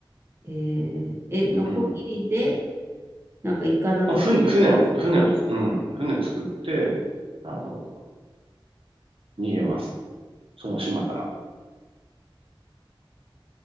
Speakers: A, on the right; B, on the right.
A: えー、えーえノコギリで、
B: うん。
A: なんか、イカダとか作る。
B: まあ、船、船を、船を、うん、船作って、あの、逃げます。その島から。
A: え